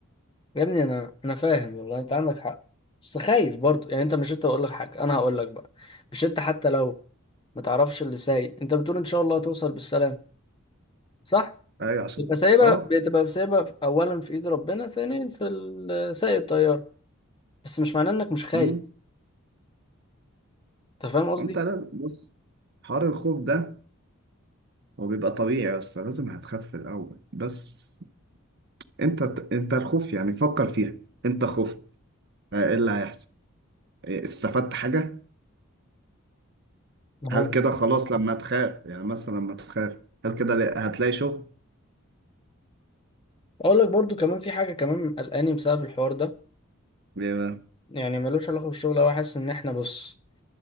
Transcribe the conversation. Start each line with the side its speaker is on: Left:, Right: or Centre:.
Left: يا ابني انا انا فاهم والله انت عندك حق بس خايف برضو يعني انت مش انت بقول لك حاجه انا هقول لك بقى مش انت حتى لو ما تعرفش اللي سايق انت بتقول ان شاء الله هتوصل بالسلام صح
Right: ايوه عشان
Left: بتبقى
Right: ده
Left: سايبها
Right: اه
Left: بتبقى سايبها اولا في ايد ربنا ثانيا في ال- سايق الطياره بس مش معناه انك مش خايف
Right: امم
Left: انت فاهم قصدي
Right: انت لازم بص حوار الخوف ده هو بيبقى طبيعي بس لازم هتخاف في الاول بس انت انت الخوف يعني فكر فيها انت خفت اه، ايه اللي هيحصل ايه، استفدت حاجه
Left: ما
Right: هل
Left: هو
Right: كده خلاص لما تخاف يعني مثلا لما تخاف هل كده ل- هتلاقي شغل؟
Left: اقول لك برضو كمان في حاجه كمان قلقاني بسبب الحوار ده
Right: ليه بقى؟
Left: يعني ملوش علاقه بالشغل أوي حاسس ان احنا بص